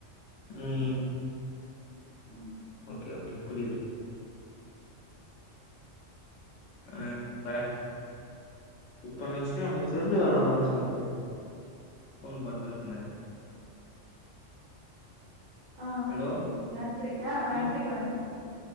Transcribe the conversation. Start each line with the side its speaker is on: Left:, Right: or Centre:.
Left: உம்
Right: ம்
Left: ஓகே ஓகே புரியுது <unintelligible> இப்போ நெக்ஸ்ட் உங்க ஃப்ரெண்டு் வேர வருன்னு சொன்னாரு ஃபோன் பண்றேன்னு சொன்னாரு
Right: ஆஹ்
Left: ஹலோ
Right: செரி நன்றி ஆஹ் நன்றி
Left: ம்
Right: வணக்கம்